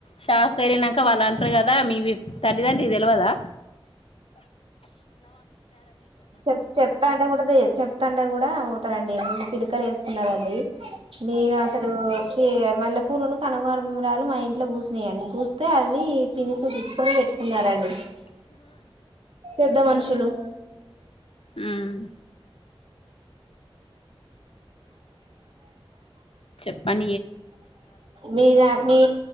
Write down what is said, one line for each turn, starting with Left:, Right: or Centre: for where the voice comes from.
Left: షాప్ కేలినంక వాళ్ళు అంటారు క దా మీవి తల్లి దండ్రి కి తెలివదా
Right: చెప్ చెప్తాంటె కూడాది చెప్తాంటె కూడా <unintelligible> తారంండి రెండు పిలకలు వేసుకున్నారంండి నేను అసలూ ఈ మల్లెపూలుని కనుగోరమరాలు మా ఇంట్లో పూసినాయండి పూస్తే అవి పినిసి గుచ్చుకొని పెట్ కున్నారండి పెద్ద మనుషులు
Left: ఉమ్ చెప్పం
Right: మీద మీ